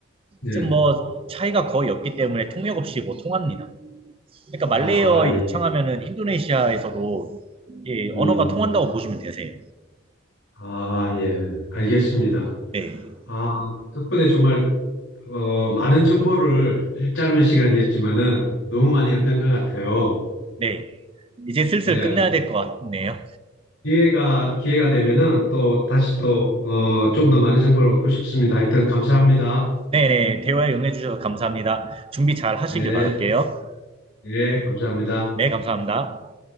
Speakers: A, on the left (about 75°); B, on the right (about 30°).
A: 네
B: 좀 뭐 차이가 거의 없기 때문에 통역 없이 뭐 통합니다. 그러니까 말레이어
A: 아, 예.
B: 유창하면은 인도네시아에서도 예, 언어가
A: 음,
B: 통한다고 보시면 되세요.
A: 아, 예. 알겠습니다.
B: 네.
A: 아, 덕분에 정말, 어, 많은 정보를 짧은 시간이었지만은 너무 많이 얻은 것 같아요.
B: 네. 이제 슬슬
A: 네
B: 끝내야 될 것 같네요.
A: 기회가, 기회가 되면은 또 다시 또, 어, 좀 더 많은 정보를 얻고 싶습니다. 하여튼 감사합니다.
B: 네네. 대화에 응해주셔서 감사합니다. 준비 잘 하시길
A: 네,
B: 바랄게요.
A: 예, 감사합니다.
B: 네, 감사합니다.